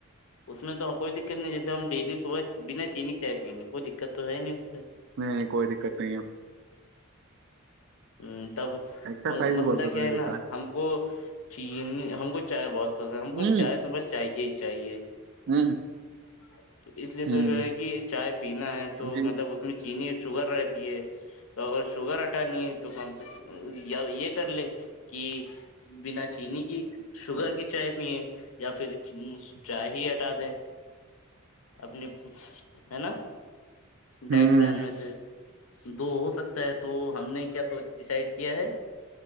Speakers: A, on the left (about 70°); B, on the right (about 55°).
A: اس میں تو کوئی دقت نہیں جیسے ہم ڈیلی صبح بنا چینی چائے پییننے کوئی دقت تو ہے نہیں سے
B: نہیں نہیں کوئی دقت نہیں ہے
A: اچھا تب
B: ایکسرسائز بھی
A: مسئلہ
B: بہت ضروری
A: کیا ہے
B: ہوتا
A: نا ہم کو چین ہم کو چاہائے بہت تو
B: ہے
A: ہم کو
B: ہوں
A: چائے صبح چاہیے ہی چاہیے
B: ہوں
A: ج <inaudible> تو اس لیے
B: ہوں
A: سوچ رہے ہیں کہ چائے پینا ہے تو
B: جی
A: مطلب اس میں چنیی شوگر رہتی ہے تو اگر شوگر ہٹانی ہے تو کم یا یہ کر ل کہ بنا چینی کی شوگر کی چائے پیے یا پھر چاہی د آپنی ہے نا
B: ہوں
A: ڈائٹ پلان میں سے دو ہو سکتا تو ہم نے کیا ڈسائڈ کیا ہے